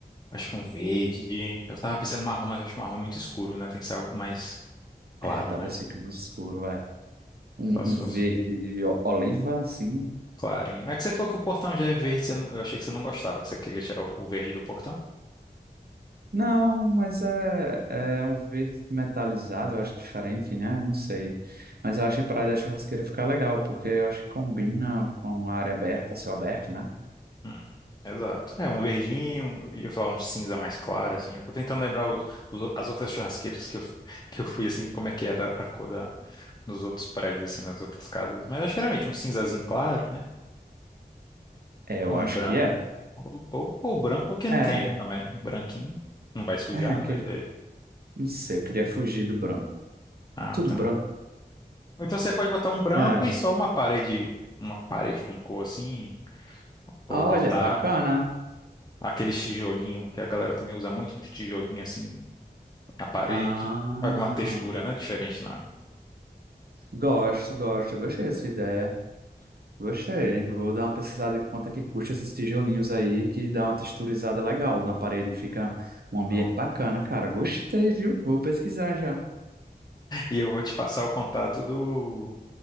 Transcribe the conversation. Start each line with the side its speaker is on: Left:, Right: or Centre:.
Left: Acho que um verde. Eu tava pensando marrom, mas acho que marrom é muito escuro, né? Tem que ser algo mais claro,
Right: É, talvez
Left: né?
Right: fique muito escuro, é. Um,
Left: Só se
Right: um
Left: fosse
Right: verde
Left: um
Right: o- oliva, assim.
Left: clarinho. É que você falou que o portão já é verde, você não- eu achei que você não gostava, que você queria tirar o o verde do portão.
Right: Não, mas é, é um verde metalizado, eu acho diferente, né? Não sei. Mas eu acho que praia da churrasqueira fica legal, porque eu acho que combina com a área aberta, céu aberto, né?
Left: Hum, Exato. É, um verdinho, eu ia falar um cinza mais claro, assim. Eu tô tentando lembrar os- os- as outras churrasqueiras que eu, que eu fui, assim, como é que é da, a cor da, dos outros prédios, assim, das outras casas. Mas acho que geralmente um cinzazinho claro, né?
Right: É, eu
Left: Ou
Right: acho
Left: um branco.
Right: que é.
Left: Ou, ou, ou branco, que
Right: É,
Left: não tem erro também. Um Branquinho. Não vai sujar,
Right: é, aquele,
Left: não vai ter.
Right: não sei, eu queria fugir do branco.
Left: Ah,
Right: Tudo
Left: tá.
Right: branco.
Left: Então você pode botar um branco
Right: É.
Left: e só uma parede, uma parede com cor, assim. Ou
Right: Olha,
Left: botar
Right: bacana.
Left: aqueles tijolinho que a galera também usa muito, uns tijolinhos, assim, na parede,
Right: Ah,
Left: alguma textura, né, diferente na.
Right: gosto, gosto, gostei dessa ideia. Gostei. Eu Vou dar uma pesquisada em quanto é que custa esses tijolinhos aí, que dá uma texturizada legal na parede. Fica um ambiente
Left: Não.
Right: bacana, cara. Gostei, viu? Vou pesquisar já.
Left: E eu vou te passar o contato do